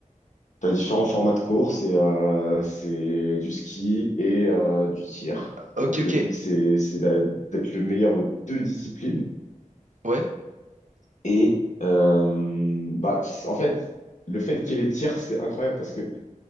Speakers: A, on the left; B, on the right.
A: T'as différents formats de course et euh, c'est du ski et euh, du tir.
B: Ok,
A: Donc
B: ok.
A: le but c'est c'est d'a- d'être le meilleur aux deux disciplines.
B: Ouais.
A: Et euh, bah c- en fait le fait qu'il y ait les tirs c'est incroyable parce que